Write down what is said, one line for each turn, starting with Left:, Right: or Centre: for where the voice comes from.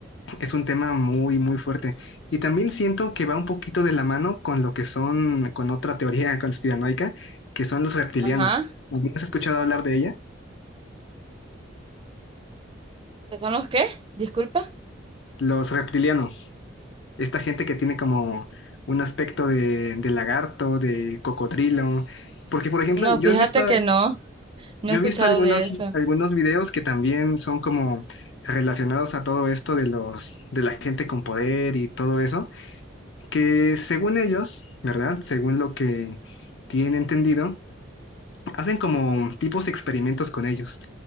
Left: es un tema muy, muy fuerte. Y también siento que va un poquito de la mano con lo que son, con otra teoría <laughs> conspiranoica, que son los reptilianos.
Right: ajá.
Left: ¿También has escuchado hablar de ella?
Right: ¿Qué son los qué? Disculpa.
Left: Los reptilianos. Esta gente que tiene como un aspecto de, de lagarto, de cocodrilo. Porque, por ejemplo,
Right: No, fíjate
Left: yo he visto,
Right: que no, no
Left: yo
Right: he escuchado
Left: he visto algunos,
Right: de eso.
Left: algunos videos que también son como relacionados a todo esto de los, de la gente con poder y todo eso, que según ellos, ¿verdad? Según lo que tienen entendido, Hacen como tipos experimentos con ellos,